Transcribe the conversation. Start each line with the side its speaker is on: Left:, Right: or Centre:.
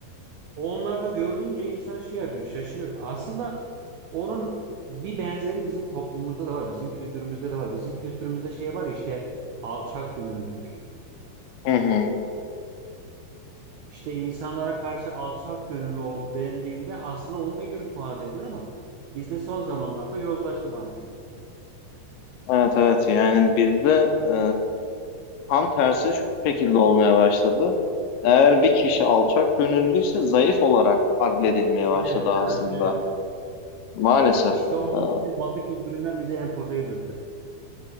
Right: onlarda görünce insan şey yapıyor, şaşırır. Aslında onun bir benzeri bizim toplumumuzda da var, bizim kültürümüzde de var. Bizim kültürümüzde şey var işte alçak gönüllülük.
Left: Hı hı.
Right: İşte insanlara karşı alçak gönüllü ol dendiğinde aslında onu ifade ediyor ama bizde son zamanlarda yozlaştı maalesef.
Left: Evet evet yani bizde e, tam tersi şu şekilde olmaya başladı. Eğer bir kişi alçak gönüllüyse zayıf olarak adledilmeye başladı
Right: Evet,
Left: aslında.
Right: değil mi? Evet.
Left: Maalesef.
Right: İşte o maalesef
Left: E,
Right: Batı kültüründen bize empoze edildi.